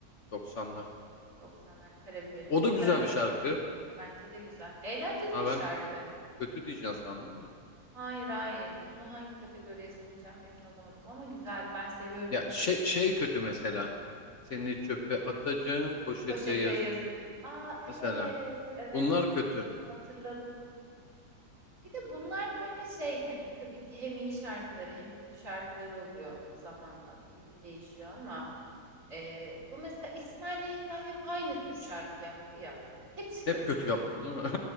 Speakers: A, on the left (about 50°); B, on the right (about 50°).
A: Doksanlar.
B: 90'lar Karabiberim
A: O
B: güzel.
A: da güzel bir şarkı.
B: Bence de güzel. Eğlenceli
A: Ha
B: bir şarkı.
A: ben kötü diyeceğim sandım da.
B: Hayır hayır. Onu hangi kategoriye sokacağım emin olamadım ama güzel. Ben seviyorum
A: Ya
B: mesela
A: şey
B: dinlerim
A: şey
B: onu.
A: kötü mesela. Seni çöpe atacağım poşete
B: Poşete
A: yazık.
B: yazık. Aa evet
A: Mesela
B: evet
A: bunlar kötü.
B: hatırladım. Bir de bunlar böyle şey hani tabii ki hem iyi şarkıları hem kötü şarkıları oluyor zamanla tabii ki değişiyor ama e, bu mesela İsmail YK hep aynı tür şarkı yaptı ya. Hepsi kötüydü.
A: Hep kötü yaptı değil mi?